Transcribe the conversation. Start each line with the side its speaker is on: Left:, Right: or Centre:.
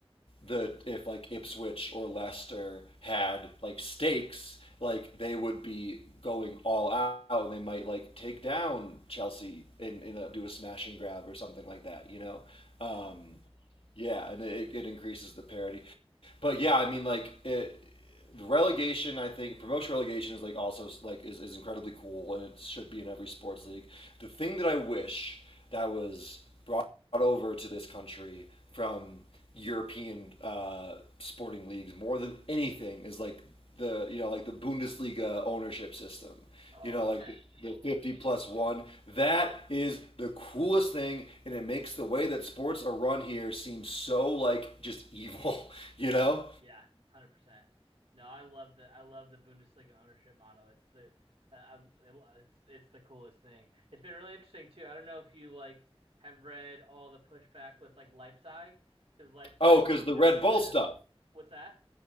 Left: that if like Ipswich or Leicester had like stakes, like they would be going all out and they might like take down Chelsea and, and uh, do a smash and grab or something like that, you know? Um,
Right: Totally.
Left: yeah, and it, it increases the parity. But yeah, I mean, like it, the relegation, I think promotion relegation is like also like is, is incredibly cool and it should be in every sports league. The thing that I wish that was brought brought over to this country from European uh, sporting leagues more than anything is like the you know like the Bundesliga ownership system.
Right: Oh
Left: You know,
Right: yeah,
Left: like the,
Right: totally.
Left: the 50 plus one. That
Right: Yeah,
Left: is the coolest thing, and it makes the way that sports are run here seem so like just evil. <laughs> You know?
Right: yeah, hundred percent. No, I love the I love the Bundesliga ownership model. It's the uh, I it, it's it's the coolest thing. It's been really interesting too. I don't know if you like have read all the pushback with like Leipzig because Leipzig
Left: Oh, because
Right: has
Left: the
Right: kind
Left: Red
Right: of find
Left: Bull stuff.
Right: a what's that?